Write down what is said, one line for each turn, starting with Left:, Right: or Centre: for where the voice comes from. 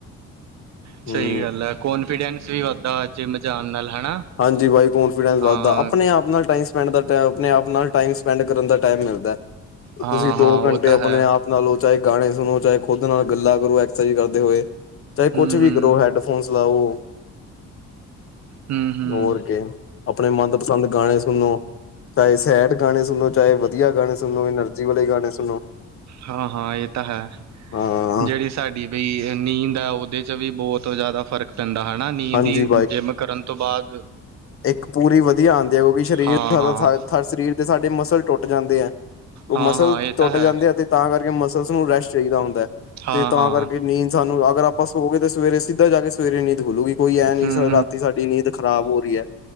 Right: ਸਈ
Left: ਹੂੰ
Right: ਗੱਲ ਐ ਕੋਨਫੀਡੈਂਸ ਵੀ ਵਧਦਾ ਜਿਮ ਜਾਨ ਨਾਲ ਹਨਾ।
Left: ਹਾਂਜੀ ਬਾਈ ਕੋਂਨਫੀਡੈਂਸ ਵਧਦਾ
Right: ਹਾਂ
Left: ਪਣੇ ਆਪ ਨਾਲ ਟਾਈ ਸ ਪੈਡ ਪਣੇ ਆਪ ਨਾਲ ਟਾਈਮ ਸਪੈਂਡ ਕਰਨ ਦਾ ਟਾਈਮ ਮੇਲਦਾ,
Right: ਹਾਂ
Left: ਤੁਸੀਂ
Right: ਹਾਂ
Left: ਦੋ ਘੰਟੇ
Right: ਉਹ ਤਾਂ
Left: ਆਪਣੇ
Right: ਹੈ
Left: ਆਪ ਨਾਲੋ ਚਾਹੇ ਗਾਣੇ ਸੁਣੋ ਚਾਹੇ ਖੁੱਦ ਨਾਲ ਗੱਲਾਂ ਕਰੋ ਐਕਸਰਸਾਈਜ਼ ਕਰਦੇ ਹੋਏ, ਚਾਹੇ
Right: ਹੂੰ
Left: ਕੁਛ ਵੀ
Right: ਹੂੰ
Left: ਕਰੋ ਹੈਡਫੋਨਸ ਲਾਵੋ।
Right: ਹੂੰ ਹੂੰ
Left: ਹੋਰ ਕੇ। ਅਪਣੇ ਮਦਪਸੰਦ ਗਾਣੇ ਸੁਣੋ, ਚਾਏ ਸੈਡ ਗਾਣੇ ਸੁਣੋ ਚਾਏ ਵਧੀਆ ਗਾਣੇ ਸੁ ਸੁਣੋ ਆਨਰਜੀ ਵਾਲੇ ਗਾਣੇ ਸੁਣੋ,
Right: ਹਾਂ ਹਾਂ ਇਹ ਤਾਂ ਹੈ
Left: ਹਾਂ।
Right: ਜਿਹੜੀ ਸਾਡੀ ਵੀ ਨੀਂਦ ਐ ਓਦੇ ਚ ਵੀ ਬੋਤ ਜਾਦਾ ਫ਼ਰਕ ਪੈਂਦਾ ਹਨਾ ਨੀਂਦ
Left: ਹਾਂਜੀ
Right: ਈ ਜਿੰਮ ਕਰਨ ਤੋਂ ਬਾਦ
Left: ਇਏਕ ਪੂਰੀ ਵਧੀਆ ਆਦੀ ਐ ਕੋਕੀ ਛਰੀਰ
Right: ਹਾਂ
Left: ਸਾ
Right: ਹਾਂ ਹਾਂ
Left: ਸਰੀਰ ਦੇ ਸਾਡੇ ਮਸਲ ਟੁੱਟ ਜਾਂਦੇ ਆ। ਓ
Right: ਹਾਂ
Left: ਮਸਲ
Right: ਹਾਂ ਇਹ
Left: ਟੁੱਟ
Right: ਤਾਂ ਹੈ
Left: ਜਾਂਦੇ ੲ ਤੇ ਤਾਂ ਕਰਕੇ ਮਸਲਸ ਨੂੰ ਰੈਸਟ ਚਾਈਦਾ ਹੁੰਦਾ ਐ,
Right: ਹਾਂ
Left: ਤੇ ਤਾਂ
Right: ਹਾਂ
Left: ਕਰਕੇ ਨੀਂਦ ਸਾਨੂੰ ਅਗਰ ਆਪਾਂ ਸੋਗੇ ਤੇ ਸਵੇਰੇ ਸੀਧਾ ਜਾ ਕੇ ਸਵੇਰੇ ਨੀਂਦ ਖੁਲੂਗੀ ਕੋਈ ਐਂ ਨੀ
Right: ਹੂੰ
Left: ਰਾਤੀ ਸਾਡੀ ਨੀਂਦ ਖ਼ਰਾਬ ਹੋ ਰਈ ਐ।